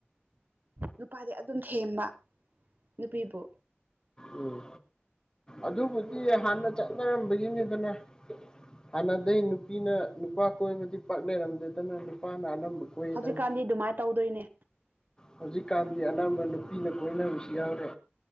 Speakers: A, on the right; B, on the left.
A: ꯅꯨꯄꯥꯗꯤ ꯑꯗꯨꯝ ꯊꯦꯝꯕ ꯅꯨꯄꯤꯕꯨ
B: ꯎꯝ ꯑꯗꯨꯕꯨꯗꯤ ꯍꯥꯟꯅ ꯆꯠꯅꯔꯝꯕꯒꯤꯅꯤꯗꯅ ꯍꯥꯟꯅꯗꯩ ꯅꯨꯄꯤꯅ ꯅꯨꯄꯥ ꯀꯣꯏꯕꯗꯤ ꯄꯥꯛꯅꯔꯝꯗꯦꯗꯅ ꯅꯨꯄꯥꯅ ꯑꯅꯝꯕ ꯀꯣꯏꯗꯅ
A: ꯍꯧꯖꯤꯛꯀꯥꯟꯗꯤ ꯑꯗꯨꯃꯥꯏꯅ ꯇꯧꯗꯣꯏꯅꯦ
B: ꯍꯧꯖꯤꯛꯀꯥꯟꯗꯤ ꯑꯅꯝꯕ ꯅꯨꯄꯤꯅ ꯀꯣꯏꯅꯕꯁꯨ ꯌꯥꯎꯔꯦ